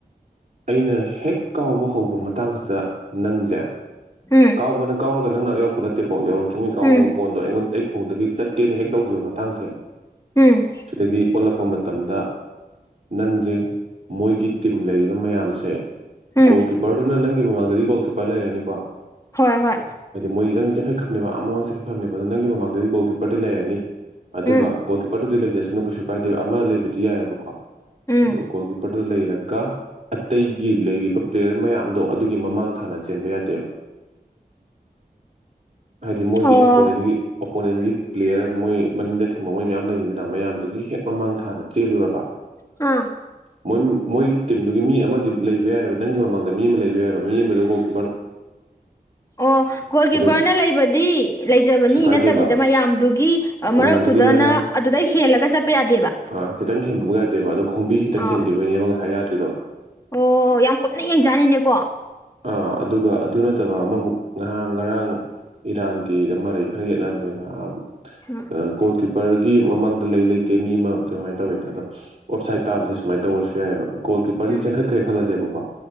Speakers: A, on the right; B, on the left.
A: ꯑꯩꯅ ꯍꯦꯛ ꯀꯥꯎꯕ ꯍꯧꯕ ꯃꯇꯥꯡꯁꯤꯗ ꯅꯪꯖꯦ
B: ꯎꯝ
A: ꯀꯥꯎꯕꯅ ꯀꯥꯎꯔꯒ ꯅꯪ ꯅꯥꯛꯨ ꯌꯧꯔꯛꯄ ꯅꯠꯇꯦꯀꯣ ꯌꯧꯔꯛꯄ ꯆꯤꯡꯌꯦꯡ ꯀꯥꯎꯕ
B: ꯎꯝ ꯎꯝ
A: ꯕꯣꯟꯗꯣ ꯑꯩꯉꯣꯟꯗ ꯑꯩ ꯈꯣꯡꯗꯒꯤ ꯆꯠꯀꯦꯅ ꯍꯦꯛ ꯇꯧꯒꯤꯕ ꯃꯇꯥꯡꯖꯦ
B: ꯎꯝ
A: ꯁꯤꯗꯒꯤ ꯑꯣꯜꯂꯛꯄ ꯃꯇꯝꯗ ꯅꯪꯖꯦ ꯃꯣꯏꯒꯤ ꯇꯤꯝ ꯂꯩꯔꯤꯕ ꯃꯌꯥꯝꯁꯦ
B: ꯎꯝ
A: ꯒꯣꯜ ꯀꯤꯞꯄꯔꯗꯨꯅ ꯅꯪꯒꯤ ꯃꯃꯥꯡꯗꯗꯤ ꯒꯣꯜ ꯀꯤꯞꯄꯔ ꯂꯩꯔꯅꯤꯀꯣ
B: ꯍꯣꯏ ꯍꯣꯏ
A: ꯑꯗꯤ ꯃꯣꯏꯗꯣ ꯆꯦꯡꯈꯠꯈ꯭ꯔꯕꯅꯦꯕ ꯑ ꯑꯃꯃꯥꯡ ꯆꯦꯡꯈꯠꯈ꯭ꯔꯕꯅꯦꯕ ꯑꯗꯣ ꯅꯪꯒꯤ ꯃꯃꯥꯡꯗꯗꯤ ꯒꯣꯜ ꯀꯤꯄꯔꯗꯤ ꯂꯩꯔꯅꯤ ꯑꯗꯨꯒ
B: ꯎꯝ
A: ꯒꯣꯜ ꯀꯤꯄꯔꯗꯨꯗꯤ ꯂꯩꯖꯁꯅꯨ ꯀꯩꯁꯨ ꯄꯥꯢꯗꯦ ꯑꯃ ꯂꯩꯕꯗꯤ ꯌꯥꯏꯑꯕꯀꯣ
B: ꯎꯝ
A: ꯑꯗꯣ ꯒꯣꯜ ꯀꯤꯞꯄꯔꯗꯨ ꯂꯩꯔꯒ ꯑꯇꯩꯒꯤ ꯂꯩꯔꯤꯕ ꯄ꯭ꯂꯦꯌꯔ ꯃꯌꯥꯝꯗꯣ ꯑꯗꯨꯒꯤ ꯃꯃꯥꯡ ꯊꯥꯅ ꯆꯦꯟꯕ ꯌꯥꯗꯦꯕ ꯍꯥꯏꯗꯤ ꯃꯣꯏꯒꯤ
B: ꯑꯣ
A: ꯑꯣꯄꯣꯅꯦꯟꯒꯤ ꯑꯣꯄꯣꯅꯦꯟꯒꯤ ꯄ꯭ꯂꯦꯌꯔ ꯃꯣꯏ ꯃꯅꯤꯡꯗ ꯊꯤꯡꯕ ꯃꯣꯏ ꯃꯌꯥꯝ ꯂꯩꯅꯤꯗꯅ ꯃꯌꯥꯝ ꯑꯗꯨꯒꯤ ꯍꯦꯛ ꯃꯃꯥꯡ ꯊꯥꯅ ꯆꯦꯜꯂꯨꯔꯕ
B: ꯍꯥ
A: ꯃꯣꯏ ꯃꯣꯏꯒꯤ ꯇꯤꯝꯗꯨꯒꯤ ꯃꯤ ꯑꯃꯗꯤ ꯂꯩꯕ ꯌꯥꯏꯑꯕ ꯅꯪꯒꯤ ꯃꯃꯥꯡꯗ ꯃꯤ ꯑꯃ ꯂꯩꯕ ꯌꯥꯏꯑꯕ ꯃꯤ ꯑꯃꯗꯨ ꯒꯣꯜꯀꯤ
B: ꯑꯣ ꯒꯣꯜ ꯀꯤꯞꯄꯔꯅ
A: ꯑꯗꯣ
B: ꯂꯩꯕꯗꯤ ꯂꯩꯖꯕꯅꯤ
A: ꯀꯩꯁꯨ ꯀꯥꯏꯗꯦꯕ
B: ꯅꯠꯇꯕꯤꯗ ꯃꯌꯥꯝꯗꯨꯒꯤ ꯃꯔꯛꯇꯨꯗꯅ
A: ꯃꯌꯥꯝꯗꯨꯒꯤ ꯅꯪꯅ
B: ꯑꯗꯨꯗꯩ ꯍꯦꯜꯂꯒ ꯆꯠꯄ ꯌꯥꯗꯦꯕ
A: ꯑꯥ ꯈꯤꯇꯪ ꯍꯦꯟꯕꯕꯨ ꯌꯥꯗꯦꯕ ꯑꯗꯣ ꯈꯣꯡꯕꯤ ꯈꯤꯇꯪ
B: ꯑ
A: ꯍꯦꯟꯈꯤꯕꯒꯤꯅꯦꯕ ꯉꯁꯥꯏ ꯌꯥꯗ꯭ꯔꯤꯗꯣ
B: ꯑꯣ ꯌꯥꯝ ꯀꯨꯞꯅ ꯌꯦꯡꯖꯥꯠꯅꯤꯅꯦꯀꯣ
A: ꯥ ꯑ ꯑꯗꯨꯒ ꯑꯗꯨ ꯅꯠꯇꯕ ꯑꯃꯃꯨꯛ ꯉꯍꯥꯡ ꯉꯔꯥꯡ ꯏꯔꯥꯟꯒꯤꯗ ꯃꯔꯩ ꯈꯔ ꯌꯦꯠꯅꯕꯅꯦꯕ
B: ꯎꯝ
A: ꯑ ꯒꯣꯜ ꯀꯤꯞꯄꯔꯒꯤ ꯃꯃꯥꯡꯗ ꯂꯩ ꯂꯩꯇꯦ ꯃꯤ ꯑꯃ ꯀꯃꯥꯏꯅ ꯇꯧꯋꯤꯅ ꯑꯗꯣ ꯑꯣꯞꯁꯥꯏꯠ ꯇꯥꯕꯖꯦ ꯁꯨꯃꯥꯏꯅ ꯇꯧꯔꯁꯨ ꯌꯥꯏꯑꯦꯕ ꯒꯣꯜ ꯀꯤꯄꯔꯖꯦ
B: ꯎꯝ
A: ꯆꯦꯟꯈꯠꯈ꯭ꯔꯦ ꯈꯜꯂꯖꯦꯕꯀꯣ